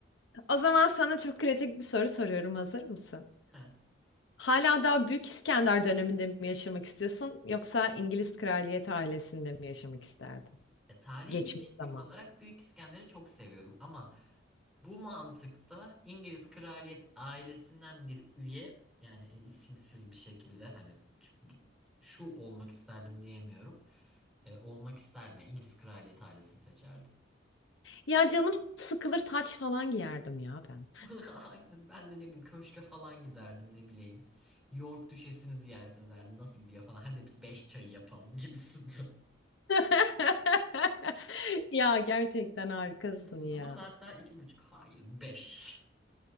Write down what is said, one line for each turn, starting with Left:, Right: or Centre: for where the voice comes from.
Left: O zaman sana çok kritik bir soru soruyorum hazır mısın?
Centre: <laughs> Heh.
Left: Hala daha Büyük İskender döneminde mi yaşamak istiyorsun yoksa İngiliz kraliyet ailesinde mi yaşamak isterdin?
Centre: Ya, tarihi
Left: Geçmiş
Centre: bir kişilik
Left: zaman.
Centre: olarak Büyük İskender'i çok seviyorum ama bu mantıkta İngiliz kraliyet ailesinden bir üye yani isimsiz bir şekilde hani çünkü bir- şu olmak isterdim diyemiyorum. Ee, olmak isterdim. Yani İngiliz kraliyet ailesini seçerdim.
Left: Ya canım sıkılır taç falan giyerdim ya ben.
Centre: <laughs> Aynen. Ben de ne bileyim köşke falan giderdim ne bileyim. York Düşesi'ni ziyaret ederdim. Nasıl gidiyor falan. Hadi biz beş çayı yapalım gibisinden.
Left: <laughs> Ya gerçekten harikasın
Centre: <laughs>
Left: ya.
Centre: Ama saat daha iki buçuk. Hayır 5.